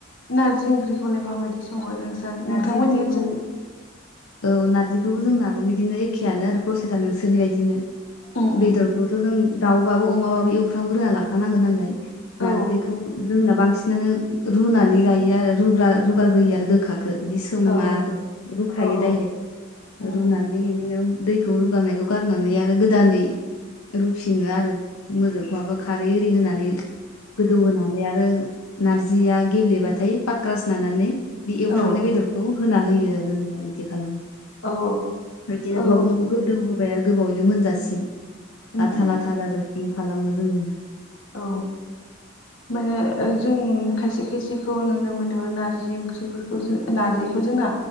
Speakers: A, on the left; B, on the left.
A: नारजि ओंख्रिखौलाय माबायदि सङो नोंस्रा नोंथांमोननि
B: नारजि ओंख्रिखौ
A: ओनसोल
B: औ नारजिखौबो जोंनाबो बिदिनो एखेयानो आरो प्रसेसआ नोंसोरनि बायदियानो
A: उम उम
B: बेदरखौथ' जों दाउबाबो अमाबाबो एवफ्राम ग्रोना लाखानांगोन नालाय नार्जिखौ
A: औ
B: जोंना बांसिनानो रुनानै गायो आरो रुबा रुगारग्रोयो आरो गोखाखौ बिदि सोमा
A: औ
B: आरो रुखायो
A: औ औ
B: दायरेक
A: उम
B: रुनानै दैखौ रुगारनायखौ गारनानै आरो गोदानै रुफिनो आरो मोजां न माबा खारै एरि होनानै गोदौ होनानै आरो नारजिया गेब्लेबाथाय पाक्रास नानानै बे एवफ्रामनाय
A: औ
B: बेदरखौ होना होयो आरो जोंना बिदि खालामो
A: औ
B: बिदिनो
A: औ
B: ग्लब ग्लब गोदौ होबाय आरो गोबावैनो मोनजासिम
A: उम
B: लाथा
A: उम
B: लाथा जाजासिम खालामो जोंनिया
A: औ मायाओ जों खायसे खायसेखौ नुनो मोनो नारजि ओंख्रिफोरखौ जों नारजिखौ जोंना